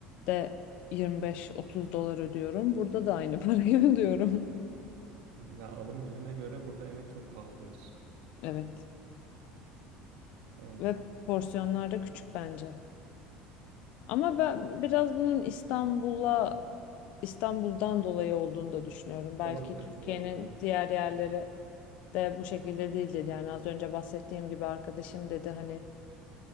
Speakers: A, on the left; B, on the right.
A: de 25-30 dolar ödüyorum. Burada da aynı parayı <laughs> ödüyorum.
B: Ya alım gücüne göre burada yemek çok pahalı diyorsun.
A: Evet.
B: Evet.
A: Ve porsiyonlar da küçük bence. Ama ben biraz bunun İstanbul'a İstanbul'dan dolayı olduğunu da düşünüyorum. Belki
B: Olabilir,
A: Türkiye'nin
B: olabilir. Evet.
A: diğer yerleri de bu şekilde değildir. Yani az önce bahsettiğim gibi arkadaşım dedi hani